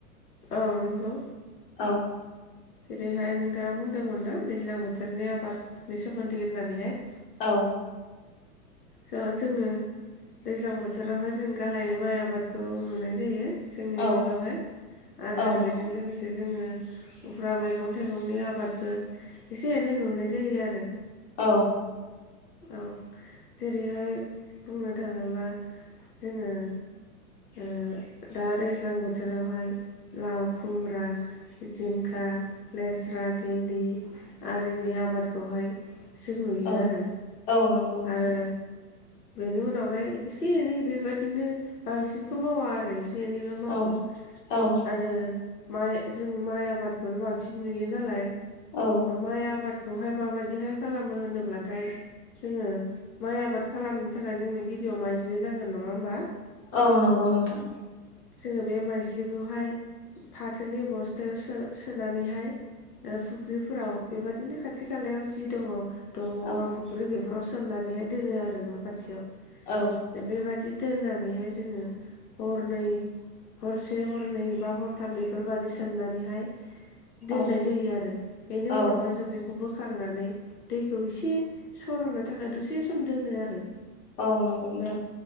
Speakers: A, on the left (about 75°); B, on the left (about 40°).
A: औ नंगौ
B: औ
A: जेरैहाय नोंथाङा बुंदोंमोन ना दैज्लां बोथोरनि आबादनि सोमोन्दै होननानैहाय
B: औ
A: जो जोङो दैज्लां बोथोरावहाय जों गाहायै माइ आबादखौ नुनाय जायो जोंनि ओनसोलावहाय
B: औ
A: आरो
B: औ नोंथां
A: बेजों लोगो जे जोङो उफ्रा मैगं थाइगंनि आबादबो एसे एनै नुनाय जायो आरो।
B: औ।
A: औ, जेरैहाय बुंनो थाङोबा जोङो ओ दा दैज्लां बोथोरावहाय लाव खुमब्रा जिंखा लेस्रा भिन्दि आरिनि आबाद खौहाय जों नुयो
B: औ
A: आरो
B: औ नंगौ नोंथां
A: आरो बेनि उनावहाय एसे एनै बेबायादिनो बांसिनखौ मावा आरो ए से एनैल' मावो
B: औ औ
A: आरो माइ जों माइ आबादखौनो बांसिन नुयोनालाय
B: औ।
A: माइ आबादखौहाय माबायदिहाय खालामो होनोब्लाथाय जोङो माइ आबाद खालामनो थाखाय जोंनो गिबियाव माइज्लि नांगोन नङा होमबा?
B: औ नंगौ नोंथां।
A: जोङो बे माइज्लिखौहाय फाथोनि बस्थायाव सो-सोनानैहाय ओ फुख्रिफोराव बेबादिनो खाथि खालायाव जि दङ दंग'
B: औ
A: बा फुख्रि बेफोराव सोमनानैहाय दोनो आरो न' खाथियाव।
B: औ।
A: दा बेबादि दोननानैहाय जोङो हरनै हरसे हरनै एबा हरथाम बेफोरबादि सोमनानैहाय दोननाय
B: औ
A: जायो आरो। बेनि
B: औ
A: उनावहाय जों बे खौ बोखांनानै दैखौ एसे सर'नो थाखाय दसे सम दोनो आरो।
B: औ नंगौ नोंथां।
A: बा